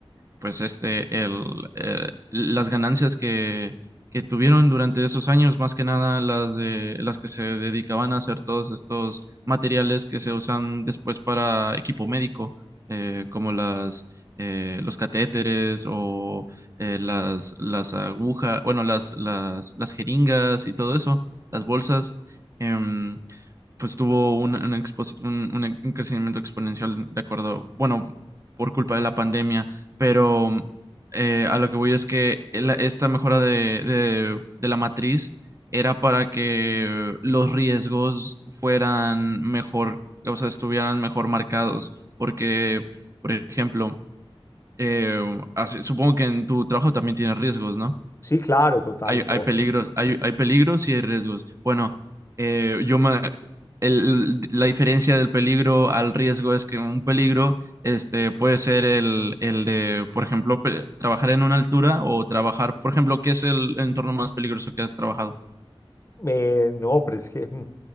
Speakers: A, on the right; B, on the left.
A: pues este, el, eh, las ganancias que, que tuvieron durante esos años, más que nada las de las que se dedicaban a hacer todos estos materiales que se usan después para equipo médico, eh, como las eh, los catéteres o eh, las las agujas, bueno, las, las las jeringas y todo eso, las bolsas. em, pues tuvo un, un expo- un- un crecimiento exponencial de acuerdo, bueno, por culpa de la pandemia pero eh, a lo que voy es que el- esta mejora de, de- de la matriz era para que los riesgos fueran mejor, o sea, estuvieran mejor marcados, porque, por ejemplo, eh, así- supongo que en tu trabajo también tienes riesgos, ¿no?
B: sí, claro, total,
A: Hay,
B: todo.
A: hay peligros, hay, hay peligros y hay riesgos. Bueno, eh, yo me, el- la diferencia del peligro al riesgo es que un peligro este, puede ser el, el de, por ejemplo, pe- trabajar en una altura o trabajar, por ejemplo, ¿qué es el entorno más peligroso que has trabajado?
B: Eh, no, pero es que mm,